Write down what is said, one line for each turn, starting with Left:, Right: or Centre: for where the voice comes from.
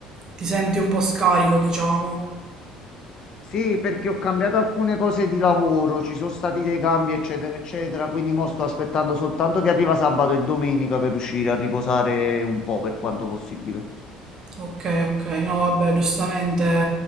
Right: ti senti un po' scarico, diciamo.
Left: Sì, perché ho cambiato alcune cose di lavoro, ci sono stati dei cambi, eccetera, eccetera, quindi mo sto aspettando soltanto che arriva sabato e domenica per uscire a riposare un po' per quanto possibile.
Right: Okay, okay. No, vabbè, giustamente